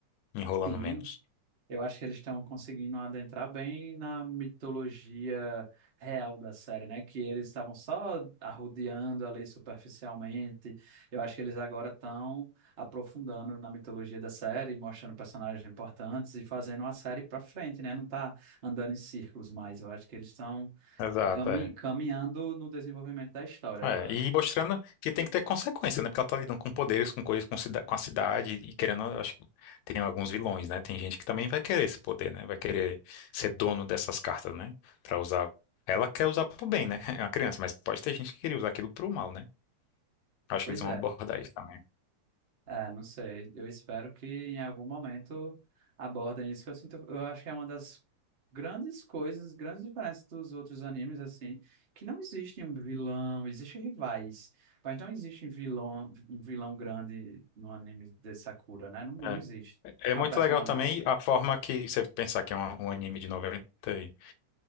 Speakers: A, on the left; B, on the right.
A: Enrolando
B: Sim.
A: menos.
B: Eu acho que eles estão conseguindo adentrar bem na mitologia real da série, né? Que eles estavam só arrodeando ali superficialmente. Eu acho que eles agora estão aprofundando na mitologia da série, mostrando personagens importantes e fazendo a série para frente, né? Não tá andando em círculos mais. Eu acho que eles estão
A: Exato,
B: eh, cami-
A: é.
B: caminhando no desenvolvimento da história
A: É,
B: agora.
A: e mostrando que tem que ter consequência, né? Porque ela tá lidando com poderes, com coisas, com, cida- com a cidade e querendo, eu acho que tem alguns vilões, né? Tem gente que também vai querer esse poder, né? Vai querer ser dono dessas cartas, né? Pra usar. Ela quer usar pro bem, né? <laughs> É uma criança, mas pode ter gente que queria usar aquilo pro mal, né? Acho
B: Pois
A: que eles vão
B: é.
A: abordar isso também.
B: É, não sei. Eu espero que em algum momento abordem isso, que eu sinto, eu acho que é uma das grandes coisas, grandes diferenças dos outros animes, assim, que não existe um vilão, existe rivais, mas não existe um vilão, um vilão grande no anime de Sakura, né? Não, não
A: É,
B: existe
A: É
B: uma
A: muito
B: personalidade.
A: legal também a forma que você pensar que é um, um anime de 90